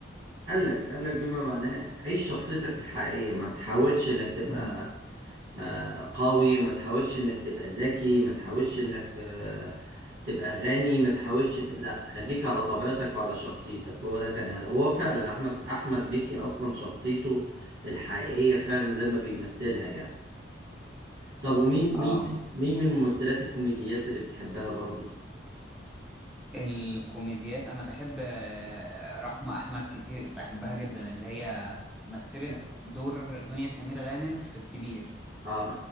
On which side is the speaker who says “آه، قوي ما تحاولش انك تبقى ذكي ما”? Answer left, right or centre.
Right